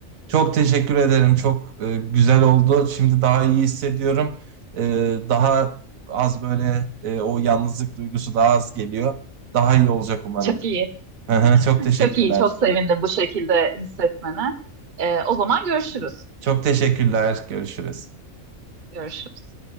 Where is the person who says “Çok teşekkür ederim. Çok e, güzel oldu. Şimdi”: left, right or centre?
Right